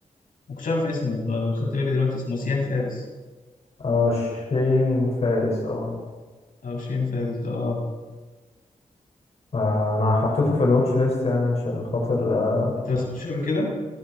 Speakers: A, on the left; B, on the left.
A: ما كنتش عارف اسمه أنا خدت بالي دلوقتي اسمه سيان فارس
B: اه شين فارس اه
A: او شين فارس ده اه
B: آه، انا حطيته في الواتش ليست يعني عشان خاطر آه،
A: انت ما سمعتوش قبل كده